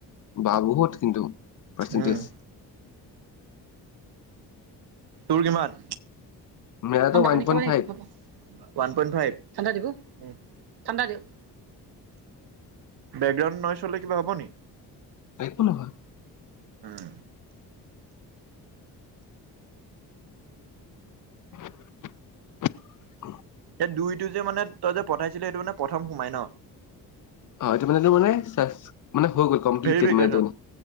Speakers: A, on the left; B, on the right.
A: বা, বহুত কিন্তু, পাৰ্চেণ্টেজ।
B: উম তোৰ কিমান?
A: মেৰাটো
B: ঠাণ্ডা
A: ওৱান
B: পানী
A: পইণ্ট
B: খাবা নে
A: ফাইভ
B: এইটো খাবা? ৱান পইন্ট ফাইভ, ঠাণ্ডা দিব উম। ঠাণ্ডা দিয়ক, বেকগ্ৰাউণ্ড নইচ হলে কিবা হব নি?
A: একো নহয়।
B: উম।
A: <inaudible>
B: এই দুইটো যে মানে তই যে পঠাইছিলি সেইটো মানে প্ৰথম সোমাই ন।
A: অ', এইটো মানে তোৰ মানে চাচ মানে হৈ গল কমপ্লিটটেট
B: ভেৰিফিকেশ্যন
A: মানে এইটো,